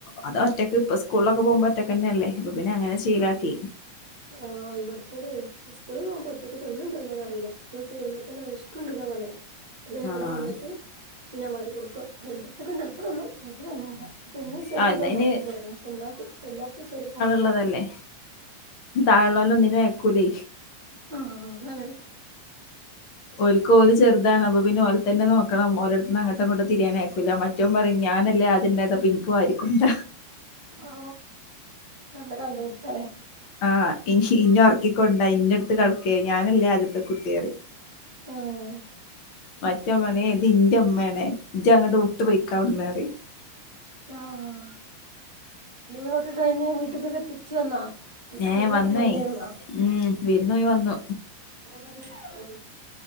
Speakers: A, on the left (about 40°); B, on the right (about 55°).
A: അത് ഒറ്റക്ക് ഇപ്പൊ സ്കൂളിലൊക്കെ പോകുമ്പോ ഒറ്റക്ക് തന്നെയല്ലേ. അപ്പൊ പിന്നെ അങ്ങനെ ശീലാക്കി.
B: ആഹ് ഇവിടുത്തെരെ സ്കൂളിൽ പോകുമ്പോ ഒറ്റയ്ക്ക് തിന്നുന്നുണ്ടോല്ലേന്ന്റിയില്ല. വരുമ്പോകന്നെ വിശക്കണ്ടന്നാ പറയാ പിന്നെ
A: ആഹ്
B: ഇവിടെ വന്നിട്ട്. ഞാ വരി കൊടുക്കും ചെലപ്പം തിന്നും ചെലപ്പം തന്നുല്ല. തൊണി സേക്കും
A: ആഹ് ഇതയ്ന്
B: തൊണ്ണാത്ത ജരക്കണം തൊണാ തൊണ്ാെേക്കും <unintelligible>
A: ള്ളതല്ലേ താഴള്ളല്ല ഒന്നിനും ആയകുലെ.
B: അഹ് അഹ അതണ്.
A: ഓല്ക്ക് ഓല് ചെറുതാണ് അപ്പ പിന്നെ ഓല് തന്നെ നോക്കണം. ഓരിടത്ത് നിന്ന് അങ്ങട്ടുഇങ്ങോട്ട് തിരിയാൻ അയക്കുല. മ ഏറ്റവും പറയും ഞാനല്ലേ അദ ന്റെേതാ പിനിക്കും ആരിക്കൊണ്ട
B: ഓ നല്ല കണ്ടപിടുത്തംലെ.
A: ആഹ് ഇനി ഇനെ ഉറക്കിക്കൊണ്ട ഇന്ന് അടുത്ത് കടക്ക് ഞാനല്ലേ ആദ്യത്തെ കുട്ടിപറയും
B: ഉം
A: മറ്റേന് പറയും ഇ ത് എന്റെ ഇമ്മേണ് ഇ് അങ്ങോട് വിട്ട് പോക്ക ആവിട്ന്ന്പറയും
B: ആഹ ലീവൊക്കെ കഴിഞ്ഞ് വീട്ടക്കൊക്കെ തിരിച്ചു വന്നാ.
A: ഏഹ
B: വിരുന്നൊക്കെ
A: വന്നയി
B: പോയില്ലായിരുന്നാ
A: ഉം വിര്ന്ന് പോയി വന്നു.
B: <inaudible>